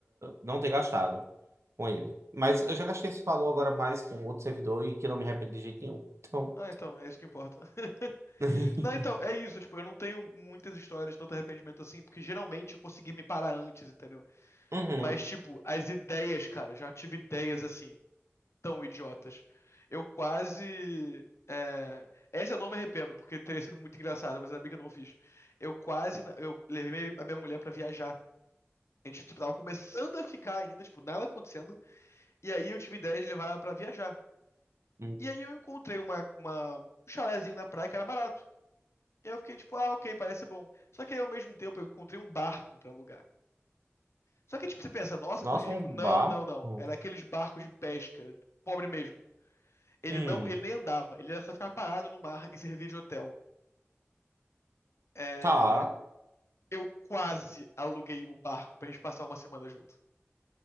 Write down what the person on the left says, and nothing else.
Ah, então, é isso que importa. <laughs>
Não, então, é isso, tipo, eu não tenho muitas histórias de tanto arrependimento assim, porque geralmente eu consegui me parar antes, entendeu?
Mas, tipo, as ideias, cara, já tive ideias assim, tão idiotas. Eu quase. é, Essa eu não me arrependo, porque teria sido muito engraçado, mas ainda bem que eu não fiz. Eu quase. na- Eu levei a minha mulher pra viajar. A gente, tipo, tava começando a ficar ainda, tipo, nada acontecendo, e aí eu tive ideia de levar ela pra viajar.
E aí eu encontrei uma, uma... um chalézinho na praia que era barato. E aí Eu fiquei tipo, ah, ok, parece bom. Só que aí, ao mesmo tempo, eu encontrei um barco pra alugar. Só que, tipo, você pensa, nossa,
coisa de
rico. Não,
não, não. Era aqueles barcos de pesca, pobre mesmo. Ele
não, ele nem andava, ele era só ficar parado no mar e servir de hotel. É,
Eu quase aluguei o barco pra gente passar uma semana junto.